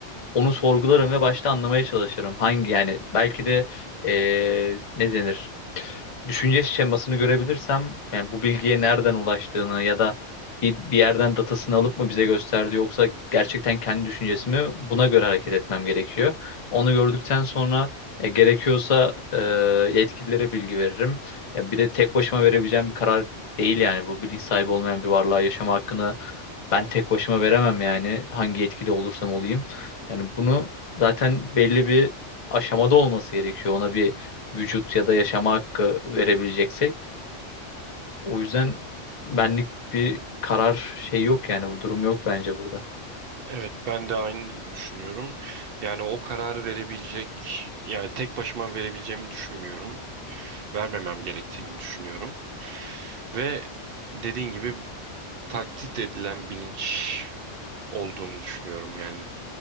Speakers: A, on the left; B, on the right.
A: onu sorgularım ve başta anlamaya çalışırım. Hangi yani belki de eee ne denir? Düşünce şemasını görebilirsem yani bu bilgiye nereden ulaştığını ya da bir, bir yerden datasını alıp mı bize gösterdi yoksa gerçekten kendi düşüncesi mi buna göre hareket etmem gerekiyor. Onu gördükten sonra e, gerekiyorsa e, yetkililere bilgi veririm. Ya bir de tek başıma verebileceğim bir karar değil yani bu bilinç sahibi olmayan bir varlığa yaşama hakkını ben tek başıma veremem yani hangi yetkili olursam olayım. Yani bunu zaten belli bir aşamada olması gerekiyor. Ona bir vücut ya da yaşama hakkı verebileceksek. O yüzden benlik bir karar şey yok yani bu durum yok bence burada.
B: Evet, ben de aynı düşünüyorum. Yani o kararı verebilecek, yani tek başıma verebileceğimi düşünmüyorum. Vermemem gerektiğini düşünüyorum. Ve dediğin gibi taklit edilen bilinç olduğunu düşünüyorum yani.